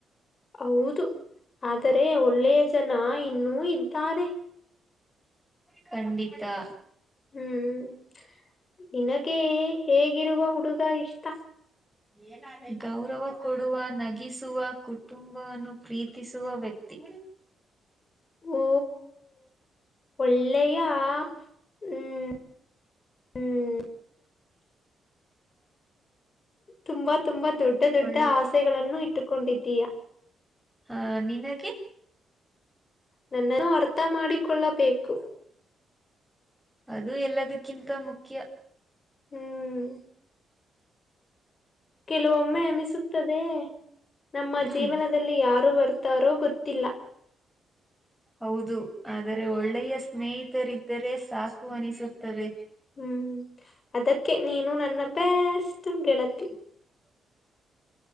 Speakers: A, on the left (about 35°); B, in the centre.
A: ಹೌದು ಆದರೆ ಒಳ್ಳೆಯ ಜನ ಇನ್ನೂ ಇದ್ದಾರೆ
B: ಖಂಡಿತಾ
A: ಹ್ಮ್ ನಿನಗೆ ಹೇಗಿರುವ ಹುಡುಗ ಇಷ್ಟ
B: ಏನ್ ಆ <inaudible> ಗೌರವ ಕೊಡುವ ನಗ ಇಸಿಸುವ ಕುಟುಂಬವನ್ನು ಪ್ರೀತಿಸುವ ವ್ಯಕ್ತಿ
A: ಓ ಒಳ್ಳೆಯಾ ಹ್ಮ ಹ್ಮ್ ತುಂಬಾ ತುಂಬಾ ದೊಡ್ಡ ದೊಡ್ಡ
B: ಒಳ್
A: ಆಸೆಗಳನ್ನು ಇಟ್ಟುಕೊಂಡಿದ್ದ ದೆಯಾ
B: ಹಾ ನಿನಗೆ
A: ನನ್ನನ್ನು ಅರ್ಥ ಮಾಡಿಕೊಳ್ಳಬೇಕು
B: ಅದು ಎಲ್ಲದಕ್ಕಿಂತ ಮುಖ್ಯ
A: ಹ್ಮ್ ಕೆಲವೊಮ್ಮೆ ಅನಿಸುತ್ತದೆ ನಮ್ಮ
B: ಹ್ಮ್
A: ಜೀವನದಲ್ಲಿ ಯಾರು ಬರು ಗತ್ತಾರೋ ಗೊತ್ತಿಲ್ಲ
B: ಹೌದು ಆದರೆ ಒಳ್ಳೆಯ ಸ್ನೇಹಿತರಿದ್ದರೆ ಸಾಕು ಅನಿಸುತ್ತದೆ
A: ಹ್ಮ್ ಅದಕ್ಕೆ ನೀನು ನನ್ನ ಬೆಸ್ಟ್
B: <inaudible>
A: ಗೆಳತಿ